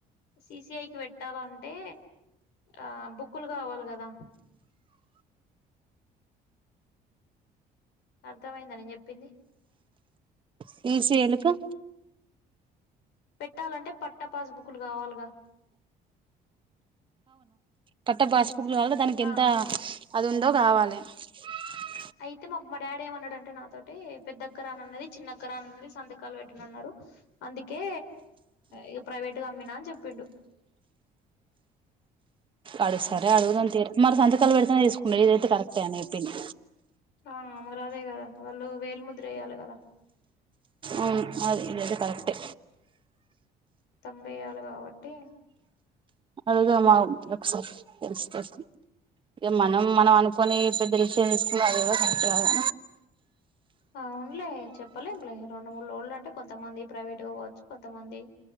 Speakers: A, on the left; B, on the right.
A: సి సి ఐ పెట్టాలంటే ఆ బు క్కులు కావాలి కదా అర్థమైందా నేను చెప్పింది
B: సి సి ఏల్ కు
A: పెట్టాలంటే పట్ట పాస్ బుక్ క్కులు కావాలిగా
B: పట్టా పాస్ <unintelligible> దానికెంత
A: ఆ
B: అదుందో కావాలి <unintelligible>
A: అయితే మా మా డాడీ ఏమన్నాడంటే నాతోటి పెద్దక్కరానన్నది చిన్నక్కరానన్నది సంతకాలు పెట్టనన్నారు అందుకే ఇక ప్రైవేట్ గా అమ్మినా అని చెప్పిండు
B: అడుగు సరే అడుగుదాం తీరి మరి సంతకాలు పెడితేనే తీసుకుంట ఇదైతే కరెక్టే నే చెప్పింది.
A: ఆ మరి అదే కదా వాళ్ళు వేలు ముద్ర ఎయ్యాలి కదా
B: అవును అది గది కరెక్టే
A: తంబ్ ఎయ్యాల కాబట్టి
B: వెళ్దామా ఒకసారి తెలుస్తది. ఇగ మనం మనం అనుకోని పెద్దలు చేయించుకున్న అది కూడా కరెక్టు కాదు
A: అవునులే చెప్పలేం లె రెండు మూడు లోడ్లు అంటే కొన్ కొంతమంది ప్రైవేట్ గా వోవచ్చు కొన్ కొంతమంది